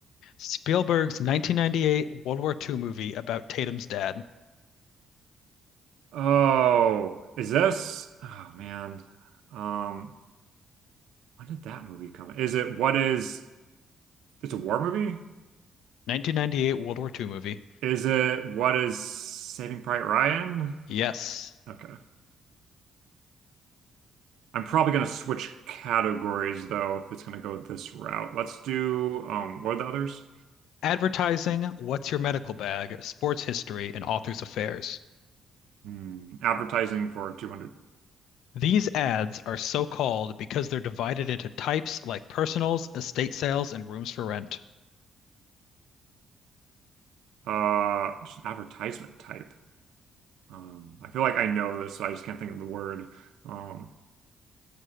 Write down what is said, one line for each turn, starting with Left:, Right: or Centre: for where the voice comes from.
Left: Spielberg's 1998 World War II movie about Tatum's dad.
Right: Oh, is this? Oh man. Um, when did that movie come? Is it what is It's a war movie?
Left: 1998 World War II movie.
Right: Is it what is Saving Private Ryan?
Left: Yes.
Right: Okay. I'm probably gonna switch categories though if it's gonna go this route. Let's do um what are the others?
Left: Advertising, What's Your Medical Bag, Sports History, and Authors Affairs.
Right: Hmm, advertising for 200.
Left: These ads are so called because they're divided into types like personals, estate sales, and rooms for rent.
Right: Uh, just advertisement type. Um, I feel like I know this, so I just can't think of the word. Um,